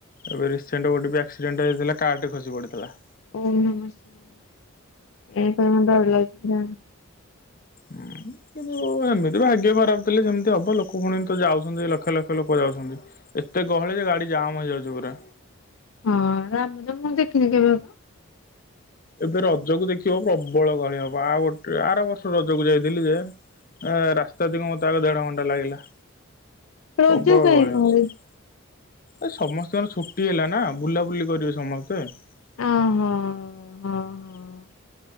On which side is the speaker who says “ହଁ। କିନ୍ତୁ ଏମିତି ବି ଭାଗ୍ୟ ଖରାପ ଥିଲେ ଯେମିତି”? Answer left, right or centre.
Left